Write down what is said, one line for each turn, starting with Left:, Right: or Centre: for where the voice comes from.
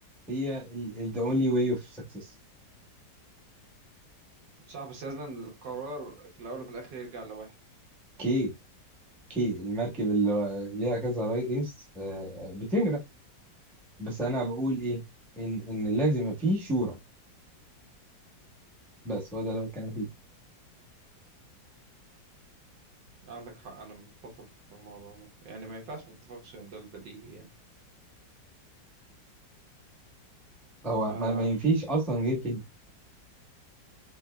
Centre: هي ال- ال- the only way of success
Right: صح بس لازم القرار في الأول وفي الآخر يرجع لواحد
Centre: كي كي المركب اللي ليها كذا رئيس آه، آه، بتغرق بس انا بقول ايه ان ان لازم يبقى فيه شورى بس هو ده اللي أنا بتكلم فيه
Right: عندك حق أنا متفق في الموضوع ده يعني ما ينفعش ما اتفقش إن ده البديهي يعني
Centre: هو
Right: آه
Centre: ما ما فيش اصلا غير كده